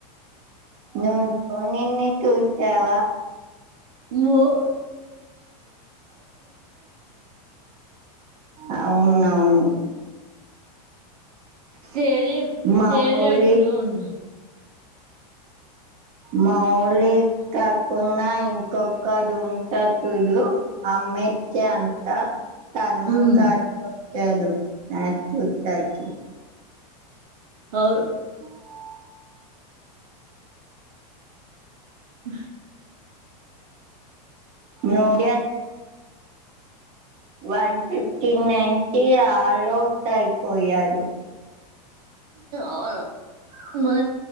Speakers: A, on the right (about 30°); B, on the right (about 65°).
A: ను ద నిన్ని టుట్టావా
B: ఓ <unintelligible>
A: అవును అవును
B: తరే
A: మా
B: తరేలో
A: ఊళ్ళి
B: ఉన్నా
A: మౌళి కాకుడా ఇంకొకడు ఉంటాడు చూడు అమ్మెచ్చ అంత తను
B: హ్మ్
A: క తడు నాథ్ ఉతకి
B: అవును
A: ఉ
B: ఆ
A: నూడి <inaudible> వన్ ఫిఫ్టీ నై కి ఆల్ అవుట్ అయిపోయారు
B: అవును మ